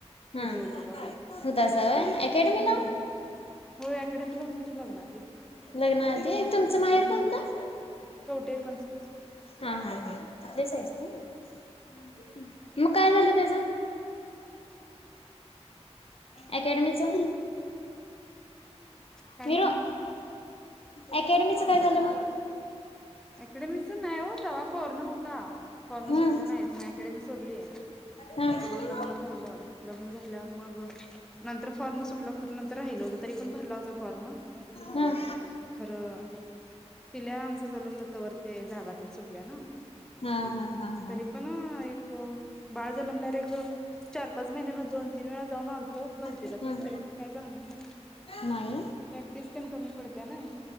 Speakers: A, on the left; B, in the centre.
A: हम
B: तिथं होतं बघा
A: <unintelligible> अकाॅडमीला
B: हम्म होय अकॅडमी ला होतो की लग्न आधी
A: लग्नाआधी तुमचं माहेर
B: <unintelligible>
A: कोणतं? हा हा हाईज <unintelligible> मग काय झालं त्यांचा अकॅडमीचा
B: काय
A: मीरो
B: म्हणला
A: अकॅडमीचं काय झालं म
B: अकॅडमीच नाही हो तेव्हा कोरोना होता. फॉर्म
A: हम्म
B: सुटलं नाहीत म अकॅडेमी सोडली
A: हम्म
B: तोवर लग्न झालं लग्न झाल्यावर मग नंतर फॉर्म सुटलं खरं नंतर राहिल होत तरी पण भरला होता फॉर्म
A: हम्म
B: खरं पिल्या आमचा जलम तोवर ते जागा तिनं सुटल्या
A: हा हा हा हा हा
B: तरी पण हो बाळ जन्मल्या <unintelligible> चार पाच महिन्यांना दोन तीन वेळा जाऊन आलतो भरतीला
A: हम्म
B: तेन तरी पण काय जमलं नाही
A: नाही
B: प्रॅक्टिस तेन कमी पडते नाही